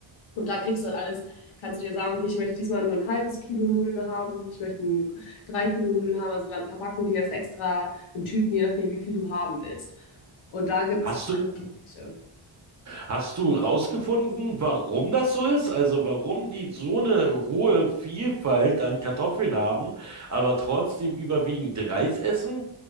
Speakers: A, on the left (about 70°); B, on the right (about 35°).
A: Und da kriegst du halt alles, kannst du dir sagen, okay, ich möchte diesmal nur ein halbes Kilo Nudeln haben, ich möchte ein, drei Kilo Nudeln haben, also dann verpacken die das extra in Tüten, je nachdem, wie viel du haben willst. Und da gibt's
B: Hast
A: alles
B: du
A: Mögliche.
B: Hast du rausgefunden, warum das so ist? Also warum die so eine hohe Vielfalt an Kartoffeln haben, aber trotzdem überwiegend Reis essen?